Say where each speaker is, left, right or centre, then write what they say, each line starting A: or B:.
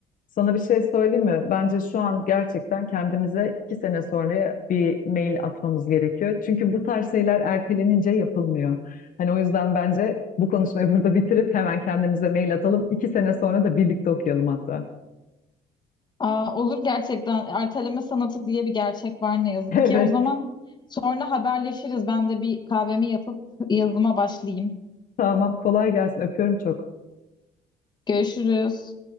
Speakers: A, on the left (about 55°); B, on the left (about 25°).
A: Sana bir şey söyleyeyim mi? Bence şu an gerçekten kendimize iki sene sonraya bir mail atmamız gerekiyor. Çünkü bu tarz şeyler ertelenince yapılmıyor. Hani o yüzden bence bu konuşmayı burada bitirip hemen kendimize mail atalım. İki sene sonra da birlikte okuyalım hatta.
B: Aa, olur gerçekten erteleme sanatı diye bir gerçek var ne yazık
A: <laughs>
B: ki. O zaman
A: Evet,
B: sonra haberleşiriz. Ben de bir kahvemi yapıp yazıma başlayayım.
A: tamam. Kolay gelsin. Öpüyorum çok.
B: Görüşürüz.